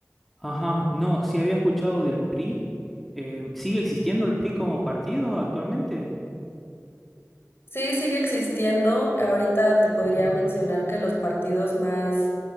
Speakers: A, in the centre; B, on the left.
A: Ajá, no, sí había escuchado del PRI. Eh, ¿sigue existiendo el PRI como partido actualmente?
B: Sí, sigue existiendo. Ahorita te podría
A: Ajá,
B: mencionar que los partidos más